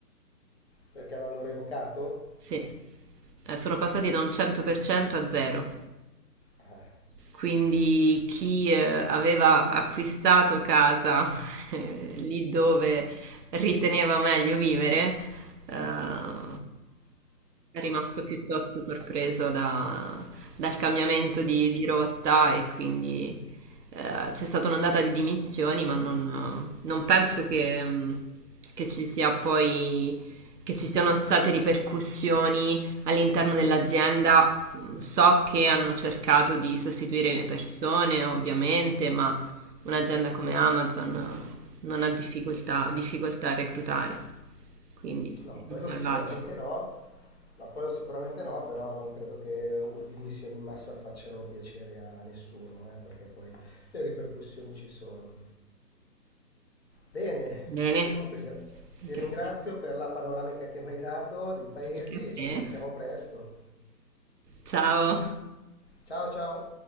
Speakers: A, on the left; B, on the right.
A: Perché l'hanno revocato?
B: Sì, Eh, sono passati da un 100% a zero.
A: Eh,
B: Quindi chi eh, aveva acquistato casa <laughs> eh, lì dove riteneva meglio vivere, eh, È rimasto piuttosto sorpreso da- dal cambiamento di, di rotta e quindi eh, c'è stata un'ondata di dimissioni, ma non, non penso che, mh, che ci sia poi, che ci siano state ripercussioni all'interno dell'azienda. Mh, So che hanno cercato di sostituire le persone, ovviamente, ma un'azienda come Amazon eh, non ha difficoltà, difficoltà a reclutare, quindi
A: no,
B: si sono
A: quello
B: salvati.
A: sicuramente no. No, quello sicuramente no, però non credo che dimissioni in massa facciano piacere a nessuno, eh, perché poi le ripercussioni ci sono. Bene,
B: Bene.
A: comunque gra-
B: Grazie
A: ti ringrazio per la panoramica che mi hai dato dei paesi
B: anche a
A: e
B: te.
A: ci sentiamo presto.
B: Ciao.
A: Ciao ciao!